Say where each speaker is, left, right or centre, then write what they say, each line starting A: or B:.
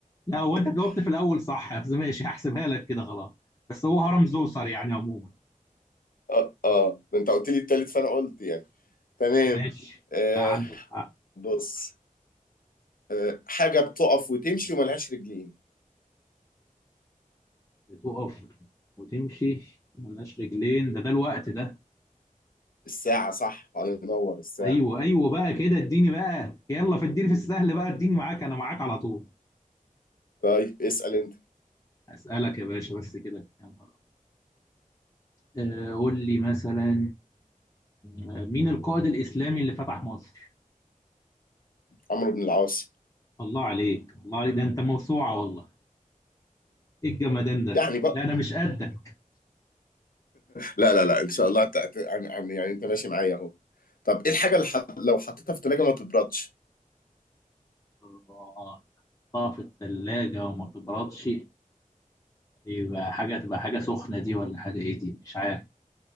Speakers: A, on the left; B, on the left.
A: لا هو انت
B: <laughs>
A: جاوبت في الاول صح بس ماشي هحسبها لك كده خلاص بس هو هرم زوسر يعني عموما
B: اه اه ده انت قلت لي التالت فانا قلت يعني تمام
A: ماشي
B: آه
A: لا عندك حق
B: بص آه حاجه بتقف وتمشي وملهاش رجلين
A: بتقف وتمشي ملهاش رجلين ده ده الوقت ده
B: الساعه صح الله ينور الساعه
A: ايوه ايوه بقى كده اديني بقى يلا في اديني في السهل بقى اديني معاك انا معاك على طول
B: طيب اسال انت
A: اسالك يا باشا بس كده يا نهار أبيض. آه، قول لي مثلا مين القائد الاسلامي اللي فتح مصر
B: عمرو بن العاص
A: الله عليك الله عليك ده انت موسوعه والله ايه الجمدان ده
B: يعني بقى
A: لا انا مش قدك
B: لا لا لا ان شاء الله تع- تع- عن عن- يعني انت ماشي معايا اهو طب ايه الحاجه اللي ح- لو حطيتها في التلاجة ما تبردش
A: الله تحطها في الثلاجة وما تبردش يبقى حاجة تبقى حاجة سخنة دي ولا حاجة ايه دي مش عارف